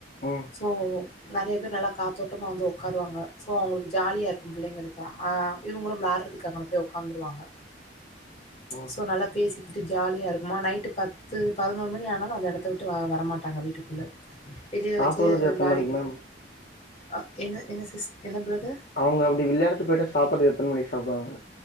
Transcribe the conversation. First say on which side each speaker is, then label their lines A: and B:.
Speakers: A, on the left; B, on the left.
A: ம்
B: சோ நெறைய பேர் நல்லா காத்தோட்டமா வந்து உக்காருவாங்க சோ அவுங்குளுக்கு ஜாலியாருக்கு பிள்ளங்களுக்குலா அ இவுங்குளு விளா அதுக்காக அங்க போய் உக்காந்துருவாங்க
A: ஓ
B: சோ நல்லா பேசிக்கிட்டு ஜாலியாருக்குமா நைட்டு பத்து பதினோரு மணி ஆனாலு அந்த எடத்த விட்டு வ வரமாட்டாங்க வீட்டுக்குள்ள வெளில
A: சாப்புட்றது
B: வச்சு
A: எத்தன
B: விளாடிகிட்டு
A: மணிக்கு மேம்
B: அ என்ன என்ன சிஸ் என்ன ப்ரதர்
A: அவுங்க அப்பிடி விளாடித்து போய்ட்டா சாப்புறது எத்தன மணிக்கு சாப்டுவாங்க